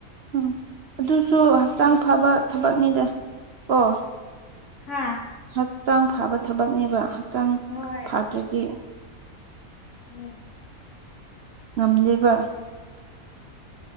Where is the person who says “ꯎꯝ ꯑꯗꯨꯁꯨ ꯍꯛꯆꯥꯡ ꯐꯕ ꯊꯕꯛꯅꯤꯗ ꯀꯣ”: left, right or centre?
Right